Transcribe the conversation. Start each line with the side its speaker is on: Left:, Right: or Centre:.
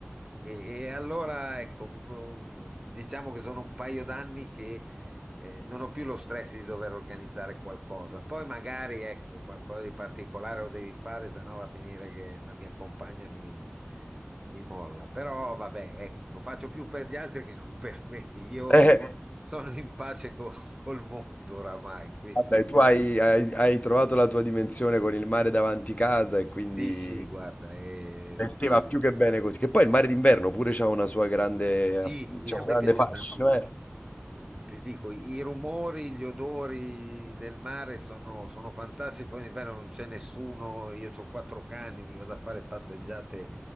Right: E, e allora, ecco, mm, diciamo che sono un paio d'anni che eh, non ho più lo stress di dover organizzare qualcosa. Poi magari, ecco, qualcosa di particolare lo devi fare, se no va a finire che la mia compagna mi, mi molla. Però vabbè, ecco, lo faccio più per gli altri che non per me. Io
Left: <laughs>
Right: sono in pace co- <laughs> col mondo oramai, quindi
Left: Vabbè, tu hai, hai- hai trovato la tua dimensione con il mare davanti casa e quindi
Right: sì, sì, guarda, eh,
Left: per te va più che bene così. Che poi il mare d'inverno pure c'ha una sua grande,
Right: Sì,
Left: aff-
Right: sì,
Left: c'ha
Right: a
Left: un
Right: me
Left: grande
Right: piace
Left: fascino,
Right: tantissimo.
Left: eh.
Right: Mm, Ti dico, i i rumori, gli odori del mare sono, sono fantastici. Poi in inverno non c'è nessuno. Io ho quattro cani, mi vado a fare passeggiate